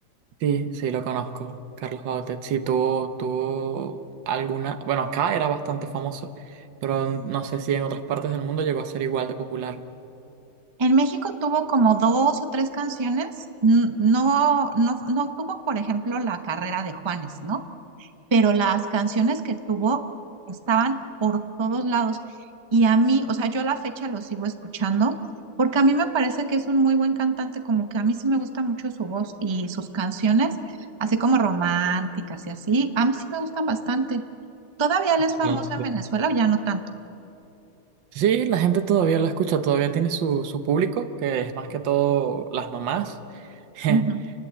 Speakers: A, on the right; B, on the right.
A: Sí, sí, lo conozco, Carlos Bautet. Sí, tuvo, tuvo alguna... Bueno, acá era bastante famoso, pero no sé si en otras partes del mundo llegó a ser igual de popular.
B: En México tuvo como dos o tres canciones, n- no, no, no tuvo, por ejemplo, la carrera de Juanes, ¿no? Pero las canciones que tuvo estaban por todos lados. Y a mí, o sea, yo a la fecha lo sigo escuchando porque a mí me parece que es un muy buen cantante, como que a mí sí me gusta mucho su voz y sus canciones, así como románticas y así, a mí sí me gustan bastante. Todavía él es famoso
A: Bueno,
B: en
A: sí.
B: Venezuela o ya no tanto.
A: Sí, la gente todavía lo escucha, todavía tiene su, su público, que es más que todo las mamás. <laughs>
B: Ujú,